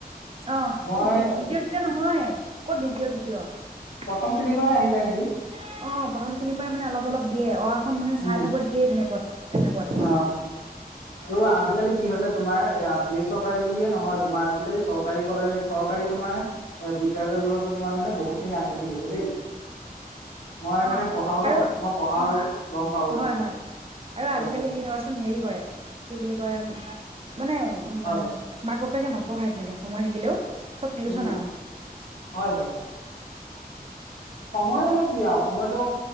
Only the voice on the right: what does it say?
অ
এই তৃতীয়
তৃতীয় নহয়, কত দ্বিতীয় তৃতীয়। অ প্ৰথম
শ্ৰেনীৰ পৰাই মানে অলপ অলপ দিয়ে, অ আ খন মানে
চাই থাব দিয়ে। ক <unintelligible> তেনেকুৱা।
অ
আৰু
অ
হয় হয় আৰু
আজিকালি কি চাবাচোন হেৰি কৰে কি বুলি কয় মানে উ
মা মাক তাকে নপঢ়ায় তেনেকে সময় থাকিলেও চব টিউচন
আৰু